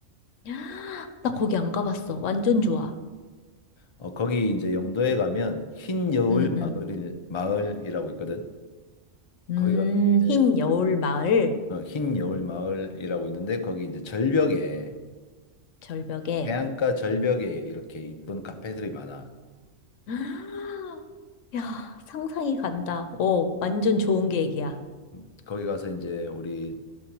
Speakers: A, on the left; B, on the left.
A: <gasps> 헉, 나 거기 안 가봤어. 완전 좋아.
B: 어, 거기 이제 영도에 가면 흰 여울
A: 음, 음.
B: 마을이, 마을이라고 있거든.
A: 음,
B: 거기 가면 이제
A: 흰
B: 그,
A: 여울 마을
B: 어, 흰 여울 마을이라고 있는데 거기 이제 절벽에
A: 절벽에.
B: 해안가 절벽에 이렇게 이쁜 카페들이 많아.
A: <gasps> 헉, 야, 상상이 간다. 어, 완전 좋은 계획이야.
B: 음, 거기 가서 이제 우리